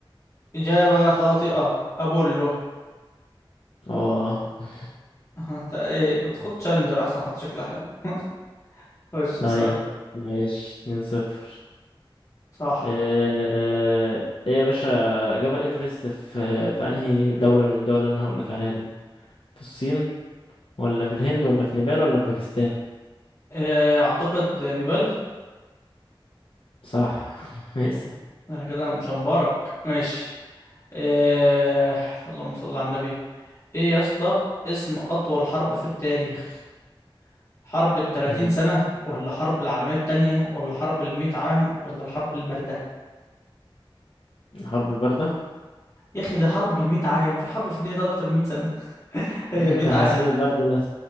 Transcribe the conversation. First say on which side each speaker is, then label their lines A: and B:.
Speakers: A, on the left; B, on the left.
A: اجابة خاطئة ابولو
B: اه <laughs>
A: <laughs> انت ايه كنت خد تشالنجر احسن حتى شكلها حلو <laughs> خش
B: طيب
A: بسؤال
B: ماشي اتنين صفر
A: صح
B: آه، ايه يا باشا جبل ايفرست في في انهي دولة من الدول اللي انا هقولك عليها دي في الصين ولا في الهند ولا في نيبال ولا في باكستان
A: أه اعتقد نيبال
B: صح <laughs> اسأل
A: انا كده مشنبرك ماشي أه اللهم صل على النبي ايه يا اسطى اسم اطول حرب في التاريخ حرب التلاتين
B: مم.
A: سنة ولا حرب العالمية التانية ولا حرب المية عام ولا الحرب الباردة
B: الحرب الباردة
A: يا أخي ده حرب المية عام في حرب في الدنيا تقعد أكتر من مية سنة <laughs> هي
B: ممكن
A: المية عام
B: حسيت البرد ده